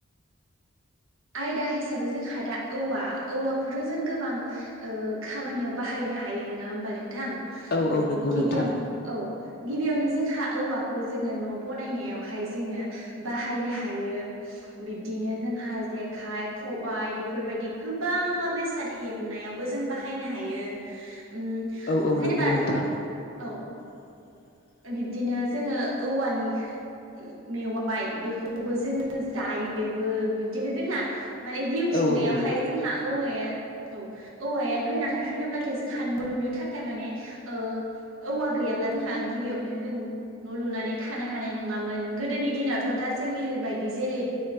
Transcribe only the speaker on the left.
औ औ
नंगौ
नोंथां
औ औ
नंगौ नोंथां
<inaudible>
औ औ नंगौ